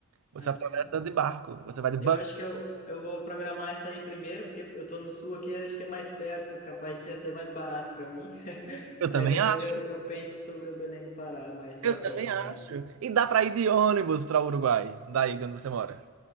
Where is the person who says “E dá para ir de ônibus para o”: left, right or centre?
Right